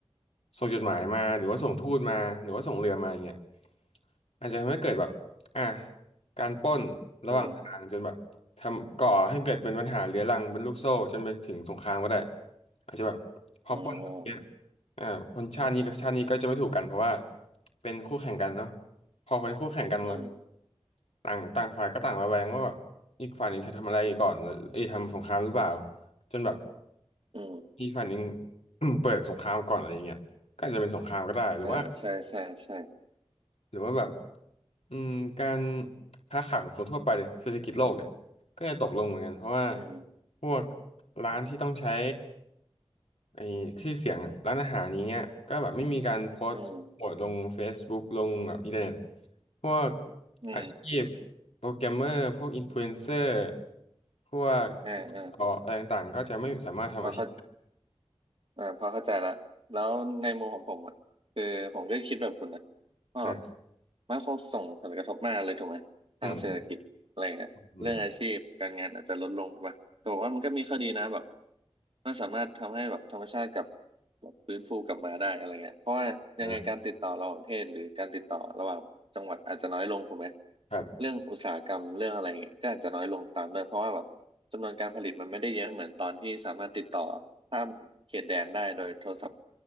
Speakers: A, on the left; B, on the right.
A: ส่งจดหมายมาหรือว่าส่งทูตมาหรือว่าส่งเรือมาอย่างเงี้ยอาจจะทำให้เกิดแบบอ่ะ การปล้นระหว่างทางจนแบบทำก่อให้เกิดเป็นปัญหาเรื้อรังเป็นลูกโซ่จนไปถึงสงครามก็ได้
B: อืม
A: อาจจะแบบพอปล้นแบบเนี้ย
B: อืม
A: อ่าคนชาตินี้กับชาตินี้ก็จะไม่ถูกกันเพราะว่าเป็นคู่แข่งกันเนาะพอเป็นคู่แข่งกันแล้ว
B: อืม
A: ต่างต่างฝ่ายก็ต่างระแวงว่าแบบอีกฝ่ายหนึ่งจะทำอะไรก่อนเอ้ยทำสงครามหรือเปล่าจนแบบ
B: อืม
A: อีกฝ่ายหนึ่ง <clears throat> เปิดสงครามก่อนอะไรอย่างเงี้ยก็อาจจะเป็นสงครามก็ได้หรือว่า
B: อ่าใช่ใช่ใช่
A: หรือว่าแบบ อืมการค้าขายของคนทั่วไปเลยเศรษฐกิจโลกเนี่ยก็จะตกลงเหมือนกันเพราะว่า
B: อืม
A: พวกร้านที่ต้องใช้ไอ้ชื่อเสียงอะร้านอาหารอย่างเงี้ยก็แบบไม่มีการโพสต์โปรโมทลง
B: อืม
A: Facebook ลงแบบอินเทอร์เน็ตพวก
B: อืม
A: อาชีพโปรแกรมเมอร์พวกอินฟลูเอนเซอร์พวก
B: อ่าอ่า
A: อออะไรต่างๆก็จะไม่สามารถทำอาชีพ
B: พอเข้าอ่าพอเข้าใจละแล้วในมุมของผมอ่ะคือผมก็คิดแบบคุณนะก็
A: อ่ะ
B: มันคงส่งผลกระทบมากเลยถูกไหมทางเศรษฐกิจอะไรเงี้ย
A: อืมอืม
B: เรื่องอาชีพการงานอาจจะลดลงไปแต่ผมว่ามันก็มีข้อดีนะแบบมันสามารถทำให้แบบธรรมชาติกลับแบบฟื้นฟูกลับมาได้อะไรเงี้ยเพราะว่ายังไงการติดต่อระหว่างประเทศหรือการติดต่อระหว่างจังหวัดอาจจะน้อยลงถูกไหม
A: นะครับ
B: เรื่องอุตสาหกรรมเรื่องอะไรเงี้ยก็อาจจะน้อยลงตามด้วยเพราะว่าแบบจำนวนการผลิตมันไม่ได้เยอะเหมือนตอนที่สามารถติดต่อข้ามเขตแดนได้โดยโทรศัพท์